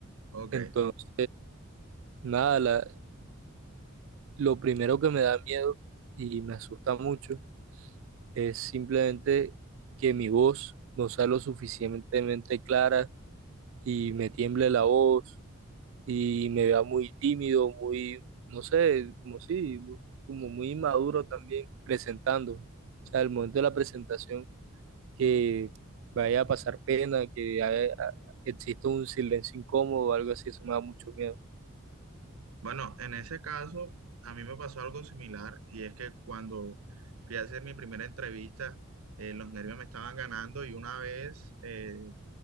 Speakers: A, on the right (about 85°); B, on the right (about 65°).
A: Ok.
B: Entonces, nada, la- lo primero que me da miedo y me asusta mucho es simplemente que mi voz no sea lo suficientemente clara y me tiemble la voz y me vea muy tímido, muy, no sé, como si, como muy inmaduro también presentando. O sea, el momento de la presentación que vaya a pasar pena, que haya- exista un silencio incómodo o algo así, eso me da mucho miedo.
A: Bueno, en ese caso, a mí me pasó algo similar y es que cuando fui a hacer mi primera entrevista, eh, los nervios me estaban ganando y una vez eh,